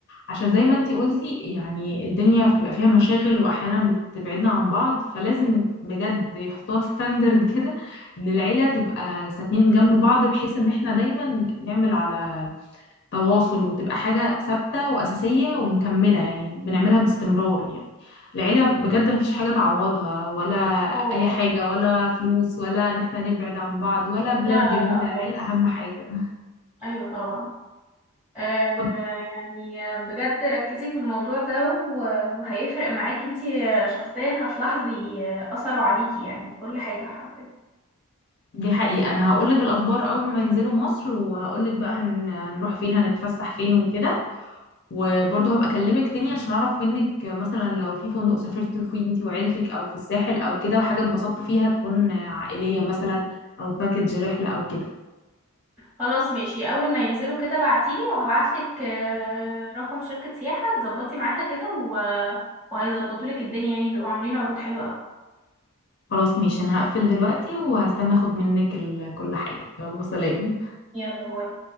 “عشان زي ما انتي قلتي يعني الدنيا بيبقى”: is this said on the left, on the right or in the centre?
Left